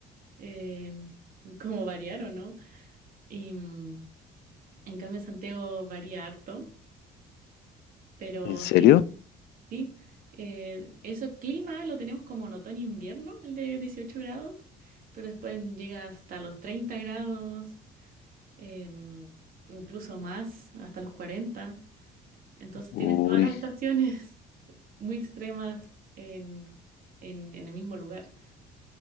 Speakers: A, on the right (about 55°); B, on the left (about 75°).
A: eh, como variar o no. Y mm, en cambio Santiago varía harto, pero
B: ¿En serio?
A: sí, Sí, eh, ese clima lo tenemos como en otoño-invierno, el de 18 grados, pero después llega hasta los 30 grados, em, incluso más, hasta los cuarenta Entonces
B: Uy.
A: tienes todas las estaciones <laughs> muy extremas en, en, en el mismo lugar.